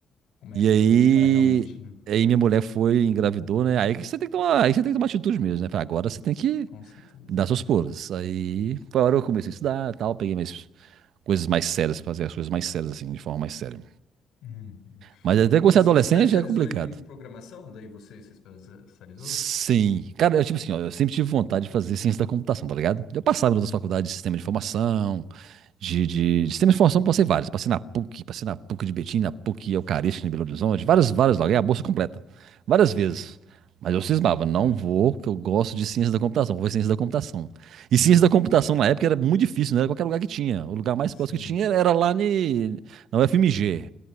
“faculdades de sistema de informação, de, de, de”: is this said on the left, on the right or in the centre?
Right